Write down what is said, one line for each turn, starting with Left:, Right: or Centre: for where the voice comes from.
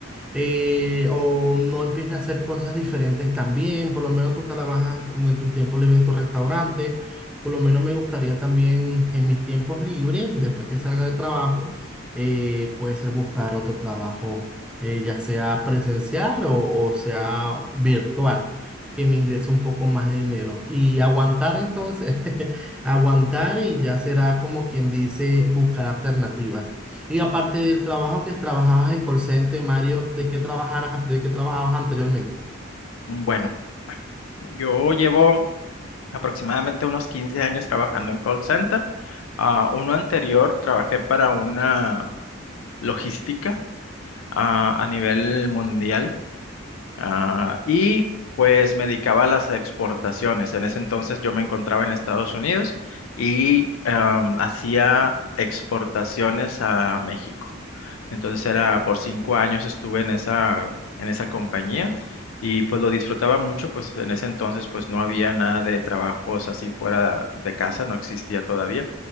Centre: eh, o no empiece a hacer cosas diferentes también, por lo menos tú trabajas en tus tiempos libres en tu restaurante, por lo menos me gustaría también en mis tiempos libres, después que salga de trabajo, eh, puede ser buscar otro trabajo, eh, ya sea presencial o, o sea virtual, que me ingrese un poco más de dinero y aguantar entonces. <laughs> aguantar y ya será como quien dice buscar alternativas. Y aparte del trabajo que trabajabas en call center, Mario, ¿de qué trabajar, de qué trabajabas anteriormente?
Left: Bueno. Yo llevo aproximadamente unos 15 años trabajando en call center. Ah, uno anterior trabajé para una logística ah, a nivel mundial ah, y pues me dedicaba a las exportaciones. En ese entonces yo me encontraba en Estados Unidos y am, hacía exportaciones a México. Entonces era por cinco años estuve en esa, en esa compañía y pues lo disfrutaba mucho, pues en ese entonces pues no había nada de trabajos así fuera de casa, no existía todavía,